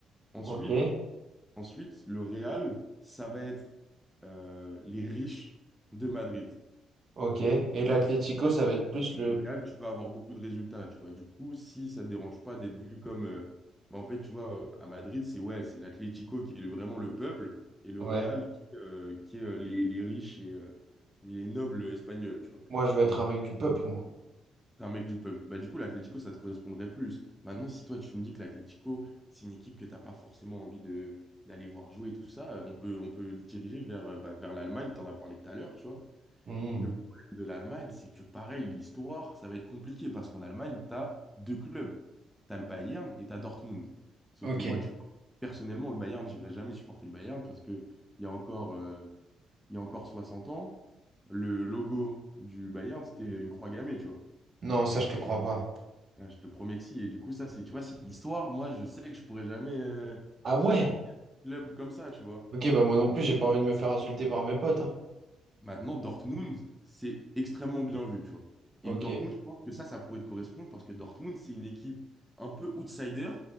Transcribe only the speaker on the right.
Ok,
ok. Et l'Atlético, ça va être plus le.
Ouais.
Moi je veux être un mec du peuple, moi.
Hmm.
Ok.
Non, ça, je te crois pas.
Ah ouais?
Ok, bah moi non plus, j'ai pas envie de me faire insulter par mes potes, hein.
Ok,